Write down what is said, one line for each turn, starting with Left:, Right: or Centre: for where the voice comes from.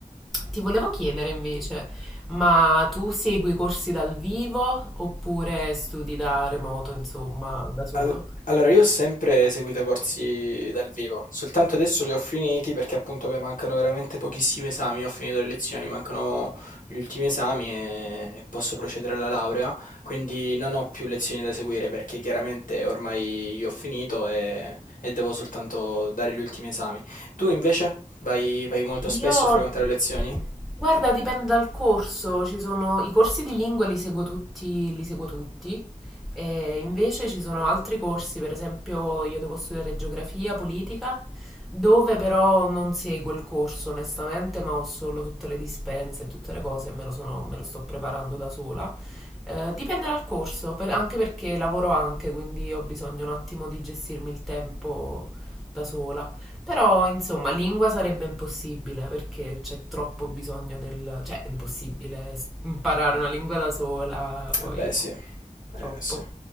Centre: ti volevo chiedere invece, ma tu segui corsi dal vivo oppure studi da remoto, insomma, da solo?
Left: Al- Allora, io ho sempre seguito corsi dal vivo, soltanto adesso li ho finiti perché appunto mi mancano veramente pochissimi esami, ho finito le lezioni, mancano gli ultimi esami e posso procedere alla laurea, quindi non ho più lezioni da seguire perché chiaramente ormai io ho finito e, e devo soltanto dare gli ultimi esami. Tu invece vai, vai molto spesso
Centre: Io,
Left: a frequentare lezioni?
Centre: guarda, dipende dal corso. Ci sono i corsi di lingua li seguo tutti, li seguo tutti. E invece ci sono altri corsi, per esempio, io devo studiare geografia, politica, dove però non seguo il corso, onestamente, ma ho solo tutte le dispense e tutte le cose e me lo sono- me lo sto preparando da sola. Eh, dipende dal corso, per- anche perché lavoro anche, quindi ho bisogno un attimo di gestirmi il tempo da sola. Però, insomma, lingua sarebbe impossibile perché c'è troppo bisogno del... cioè, è impossibile s- imparare una lingua da sola, poi
Left: Eh beh, sì, eh
Centre: troppo.
Left: sì.